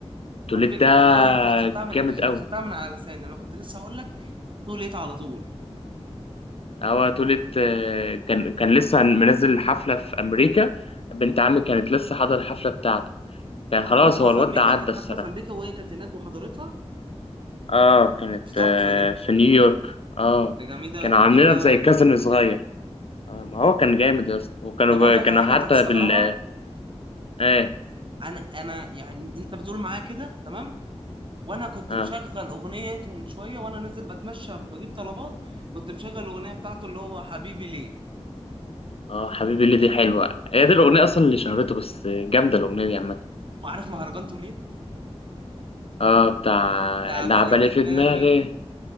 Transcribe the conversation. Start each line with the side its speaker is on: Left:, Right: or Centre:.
Left: توليت
Right: كنت
Left: ده
Right: والله انت اخدتها من
Left: جامد
Right: انت
Left: أوي
Right: اخدتها من على لساني انا كنت لسه هقول لك توليت على طول
Left: هو تولت آه، كان كان لسه منزل حفلة في أمريكا بنت عمي كانت لسه حاضرة الحفلة بتاعته كان
Right: حضرتها
Left: خلاص هو
Right: في
Left: الواد
Right: امريكا
Left: ده عدى
Right: كانت حفله
Left: الصراحة
Right: في امريكا وهي كانت هناك وحضرتها
Left: اه كانت
Right: دي تحفه
Left: آه،
Right: دي
Left: في نيويورك اه
Right: دي جميله
Left: كانوا عاملينها
Right: جامده
Left: في زي
Right: قوي
Left: كازن
Right: دي
Left: صغير آه ما هو كان جامد يا اسطى وكانوا
Right: طب اقول لك
Left: كانوا
Right: على حاجه انت
Left: حتى
Right: هتستغربها
Left: بال اه
Right: انا انا يعني انت بتقول معايا كده تمام وانا كنت
Left: اه
Right: مشغل اغنيته من شويه وانا نازل بتمشى بجيب طلبات كنت مشغل الاغنيه بتاعته اللي هو حبيبي ليه
Left: اه حبيبي اللي دي حلوة هي دي الأغنية أصلا اللي شهرته بس جامدة الأغنية دي عامة
Right: وعارف مهرجان توليت
Left: اه بتاع
Right: لا
Left: لعبة
Right: عمل ايه في
Left: لي
Right: دماغي
Left: في دماغي